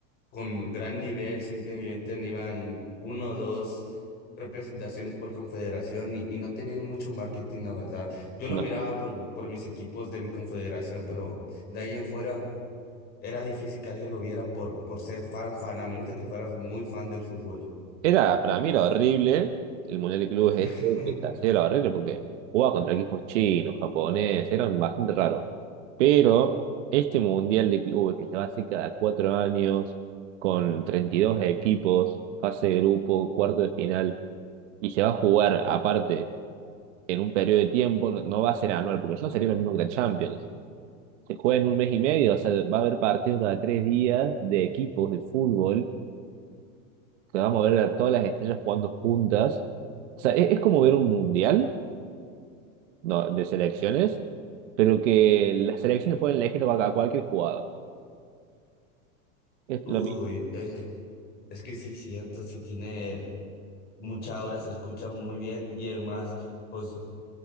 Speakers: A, on the left (about 25°); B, on the right (about 60°).
A: con gran nivel, simplemente no iban uno o dos representaciones por confederación y, y no tenían mucho marketing, la verdad. Yo lo
B: no.
A: miraba por, por mis equipos de mi confederación, pero de ahí en fuera era difícil que alguien lo viera por, por ser fan, fan, a menos de que fueras muy fan del fútbol.
B: Era, para mí era horrible el Mundial de Clubes este,
A: <laughs>
B: que se hacía era horrible porque jugaba contra equipos chinos, japoneses, eran bastante raros. Pero este Mundial de Clubes que se va a hacer cada cuatro años, con 32 equipos, fase de grupo, cuarto de final, y se va a jugar aparte en un periodo de tiempo, no, no va a ser anual, porque eso no sería lo mismo que la Champions. Se juega en un mes y medio, o sea, va a haber partidos cada tres días de equipos de fútbol que vamos a ver a todas las estrellas jugando juntas. O sea, es, es como ver un mundial, ¿no? de selecciones, pero que las selecciones pueden elegir a cualquier jugador. Es
A: Uy,
B: lo mismo.
A: es, es que sí, cierto, sí tiene mucha hora, se escucha muy bien y además, pues